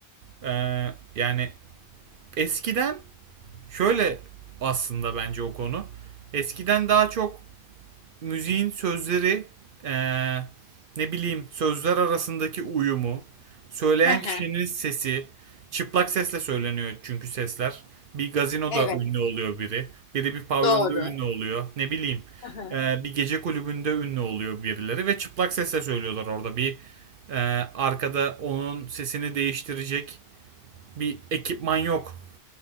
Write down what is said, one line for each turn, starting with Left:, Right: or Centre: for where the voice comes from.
Right: E, yani eskiden şöyle aslında bence o konu. Eskiden daha çok müziğin sözleri eee, ne bileyim sözler arasındaki uyumu, söyleyen
Left: Hı hı.
Right: kişinin sesi, çıplak sesle söyleniyor çünkü sesler. Bir gazinoda
Left: Evet,
Right: ünlü oluyor biri, biri bir pavyonda
Left: doğru.
Right: ünlü oluyor, ne bileyim
Left: Hı hı.
Right: eee, bir gece kulübünde ünlü oluyor birileri ve çıplak sesle söylüyorlar orada bir eee, arkada onun sesini değiştirecek bir ekipman yok.